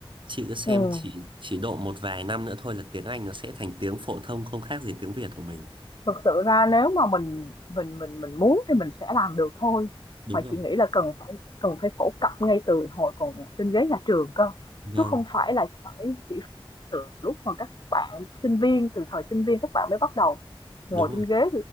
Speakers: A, on the right; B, on the left.
A: Chị cứ xem
B: ừ.
A: chỉ chỉ độ một vài năm nữa thôi là tiếng Anh nó sẽ thành tiếng phổ thông không khác gì tiếng Việt của mình.
B: thực sự ra nếu mà mình mình mình mình muốn thì mình sẽ làm được thôi
A: Đúng
B: mà
A: rồi.
B: chị nghĩ là cần phải cần phải phổ cập ngay từ hồi còn trên ghế nhà trường cơ
A: Vâng.
B: chứ không phải là phải chỉ lúc mà các bạn sinh viên từ thời sinh viên các bạn mới bắt đầu ngồi
A: đúng rồi
B: trên ghế